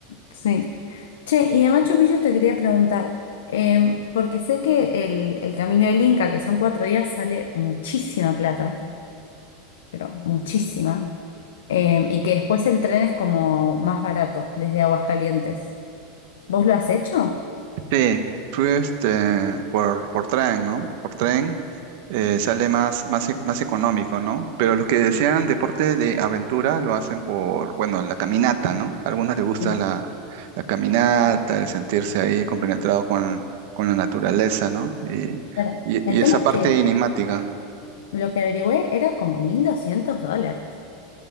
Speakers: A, on the left; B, on the right.
A: Sí. Che, y de Machu Picchu te quería preguntar, em, porque sé que el, el camino del Inca, que son cuatro días, sale muchísima plata. pero muchísima. Eh, y que después el tren es como más barato desde Aguascalientes. ¿Vos lo has hecho?
B: Sí, fui este, por, por tren, ¿no? Por tren eh, sale más, más, e- más económico, ¿no? Pero los que desean deporte de aventura lo hacen por, bueno, la caminata, ¿no? A algunos les gusta
A: Sí.
B: la, la caminata, el sentirse ahí compenetrado con, con la naturaleza, ¿no? Y,
A: Claro.
B: y,
A: El
B: y esa
A: tema
B: parte
A: es que
B: enigmática.
A: lo que averigüé era como 1.200 dólares